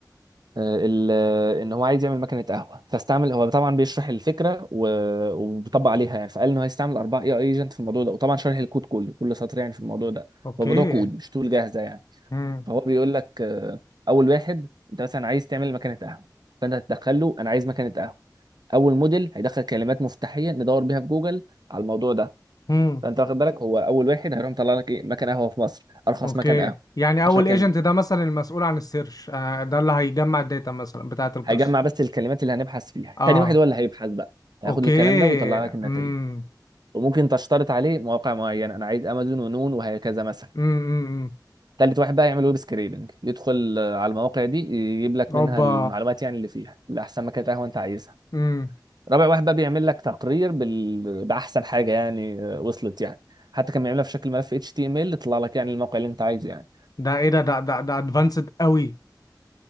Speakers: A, on the right; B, on the left.
A: آه، ال- آه، ان هو عايز يعمل مكنه قهوه فاستعمل هو طبعا بيشرح الفكره و- وبيطبق عليها يعني فقال انه هيستعمل اربعه اي اي ايجنت في الموضوع ده وطبعا شرح الكود كله كل سطر يعني في الموضوع ده
B: اوكي
A: هو الموضوع كود مش تول جاهزه يعني
B: امم
A: هو بيقول لك آه، اول واحد انت مثلا عايز تعمل مكنه قهوه فانت هتدخل له انا عايز مكنه قهوه اول موديل هيدخل كلمات مفتاحيه ندور بيها في جوجل على الموضوع ده
B: امم
A: فانت واخد بالك هو اول واحد هيروح مطلع لك ايه مكان قهوه في مصر ارخص
B: اوكي
A: مكان قهوه
B: يعني
A: 10
B: اول
A: كلمات
B: ايجنت ده مثلا المسؤول عن السيرش آه، ده اللي هيجمع الداتا مثلا بتاعه القصه
A: هيجمع بس الكلمات اللي هنبحث فيها
B: اه
A: تاني واحد هو اللي هيبحث بقى هياخد
B: اوكي
A: الكلام ده ويطلع لك النتائج
B: امم
A: وممكن تشترط عليه مواقع معينه انا عايز امازون ونون وهكذا مثلا
B: امم
A: تالت واحد بقى يعمل ويب سكريبنج يدخل آه، على المواقع دي يجيب لك
B: اوبا
A: منها المعلومات يعني اللي فيها لاحسن مكان قهوه انت عايزها
B: امم
A: رابع واحد بقى بيعمل لك تقرير بال... باحسن حاجه يعني آه، وصلت يعني حتى كان بيعملها في شكل ملف اتش تي ام ال تطلع لك يعني الموقع اللي انت عايزه يعني
B: ده ايه ده ده ده ده ادفانسد قوي